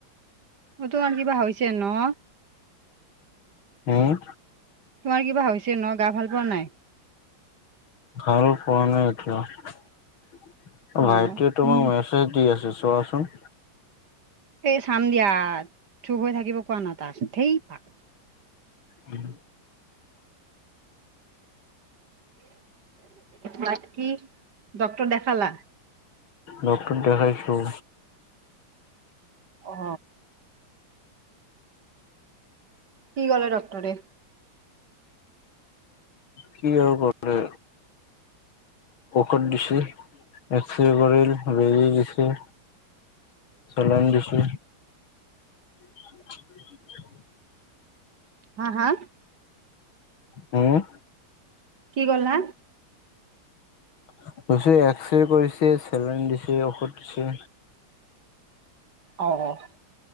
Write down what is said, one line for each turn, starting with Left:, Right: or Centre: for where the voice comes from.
Right: অ ত কাৰান কিবা হৈছে ন?
Left: হম?
Right: তোমাৰ কিবা হৈছে ন? গা ভাল পোৱা নাই?
Left: ভাল পোৱা নাই এতিয়া।
Right: অ
Left: ভাইটিয়ে তোমাক
Right: উম
Left: মেচ চেচ দি আছে, চোৱাচোন।
Right: এই চাম দিয়া, চুব হৈ থাকিব কোৱা না তাক। ধেই পাক
Left: উম।
Right: বাকী ডক্তৰক দেখালা?
Left: ডক্তৰক দেখাইছো।
Right: অ। কি কলে ডক্তটৰে?
Left: কি আৰু পলে ঔখদ দিছে। এক্সৰে কৰিল, বেজী দিছে। চলইন দিছে। <unintelligible>
Right: হা হা?
Left: হম।
Right: কি কলা?
Left: <unintelligible> এক্সৰে কৰিছে, চেলইন দিছে, ঔষধ দিছে।
Right: অ, অ।